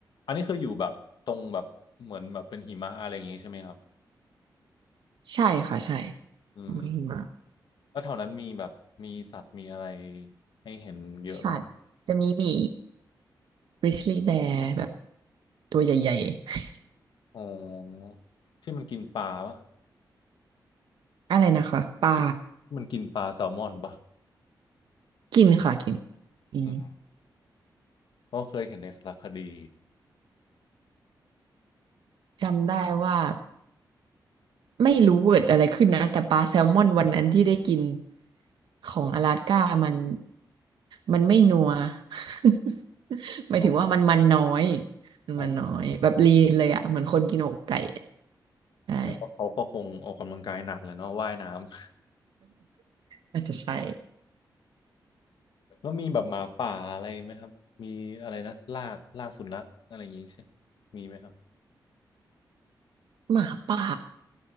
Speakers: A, on the left; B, on the right.
A: อันนี้คืออยู่แบบตรงแบบเหมือนแบบเป็นหิมะอะไรอย่างงี้ใช่ไหมครับ
B: ใช่ค่ะใช่
A: อืม
B: ไม่หิมะ
A: แล้วแถวนั้นมีแบบมีสัตว์มีอะไรให้เห็นเยอะไหม
B: สัตว์จะมีหมี grizzly bear แบบตัวใหญ่ๆ
A: อ๋อที่มันกินปลาปะ
B: อะไรนะคะปลา
A: ที่มันกินปลาแซลมอนปะ
B: กินค่ะกินอืม
A: อืมก็เคยเห็นในสารคดี
B: จำได้ว่าไม่รู้เกิดอะไรขึ้นนะแต่ปลาแซลมอนวันนั้นที่ได้กินของอลาสก้ามันมันไม่นัว <laughs> หมายถึงว่ามันมันน้อย
A: อ๋อ
B: มันมันน้อยแบบลีนเลยอะเหมือนคนกินอกไก่
A: อ๋อ
B: ใช่
A: แสดงว่าเขาก็คงออกกำลังกายหนักแหละเนาะว่ายน้ำ
B: อาจจะใช่
A: แล้วมีแบบหมาป่าอะไรไหมครับมีอะไรนะลากลากสุนัขอะไรอย่างงี้ใช่มีไหมครับ
B: หมาป่า